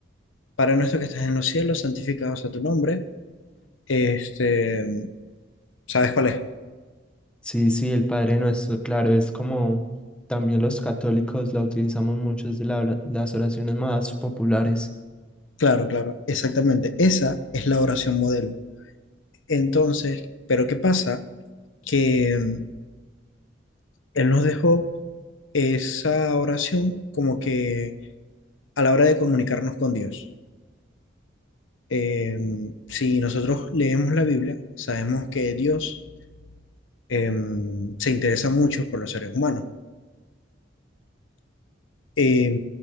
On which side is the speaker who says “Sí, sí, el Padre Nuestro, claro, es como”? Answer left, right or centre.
Centre